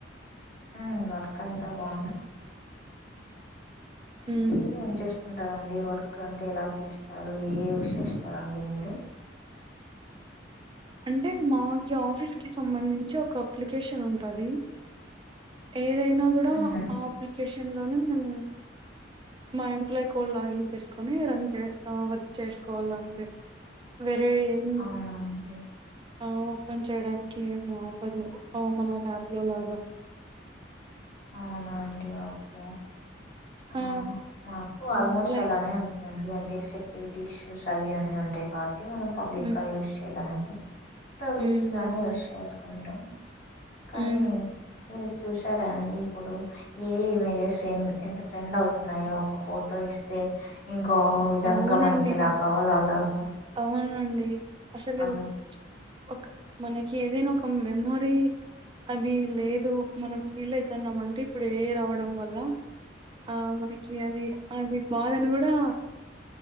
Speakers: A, on the left (about 50°); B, on the right (about 25°).
A: ఉ వర్కంత బావుంది
B: మ్మ్
A: మీరు ఏం జేస్తు ఉ <unintelligible> ంటారండి వర్క్ అంటే ఎలా చేస్తారు ఏఐ యూస్ చేస్తారా అండి మీరు
B: అంటే మా జా ఆఫీస్ కి సంబంధించి ఒక అప్లికేషన్ ఉంటది ఏదైనా కూడా
A: ఉహు
B: ఆ అప్లికేషన్ లోనే మేము మా ఎంప్లాయీ కోడ్ లాగిన్ చేసుకొని రన్ చేత్త వర్క్ చేసుకోవాల అంటే వేయాం
A: అవునండి
B: ఆ ఓపెన్ చేయడానికి ఏం ఆపదు ఆ మన ల్యాప్ లో లాగా
A: అవునా అండి ఓకే హు
B: ఆ!
A: మాకు
B: ఆ!
A: ఆల్మోస్ట్
B: లైక్
A: అలానే ఉంటుందండి అంటే సెక్యూరిటీస్ హు సరి అన్నీ ఉంటాయి కాబట్టి అంటే మనం పబ్లిక్
B: హ్మ్.
A: యూస్ చేయలేము అండి అ <unintelligible>
B: హ్మ్. అవును.
A: యుజ్ చేసుకుంటాం కానీ
B: హ్మ్.
A: ఇది చూసారా అండి ఇప్పుడు ఏ ఇమేజెస్ ఎంత ట్రెండ్ అవుతున్నాయో ఒక ఫోటో ఇస్తే ఇం ఓ విధంగా
B: అవునండి.
A: మనకి ఎలా కావాలో అలాగా
B: అవునండి అసలు
A: అలా
B: ఒక మనకి ఏదైనా ఒక మెమోరీ అది లేదు మనం ఫీల్ అయితున్నామ అంటే ఇప్పుడు ఏ ఐ రావడం వల్ల ఆ మనకి అది అది బాధని కూడా